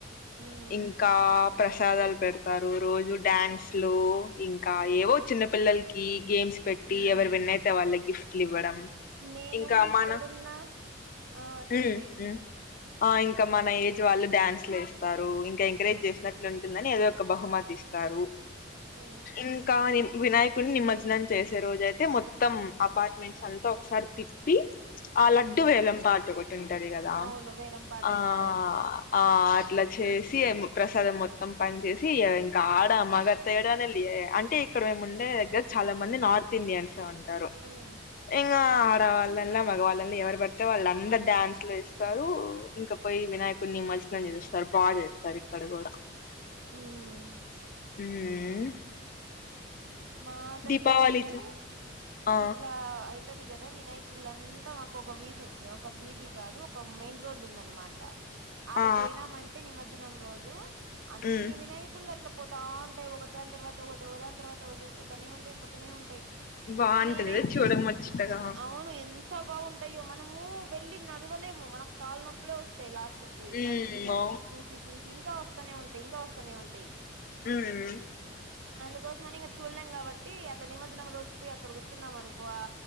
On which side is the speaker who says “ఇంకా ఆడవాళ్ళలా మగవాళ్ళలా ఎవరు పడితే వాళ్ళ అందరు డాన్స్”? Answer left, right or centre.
Left